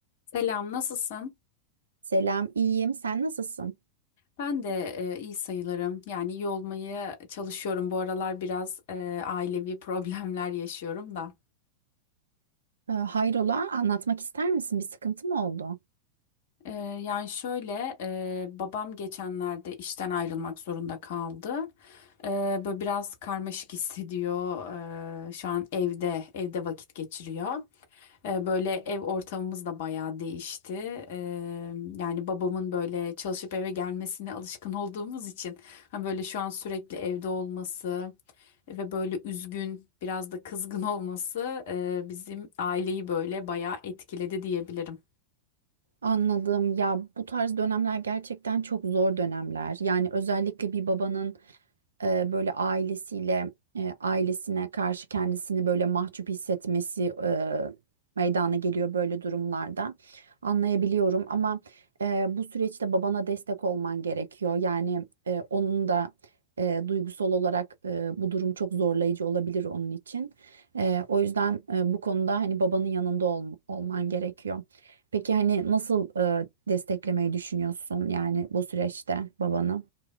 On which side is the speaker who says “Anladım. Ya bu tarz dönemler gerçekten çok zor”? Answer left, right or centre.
Right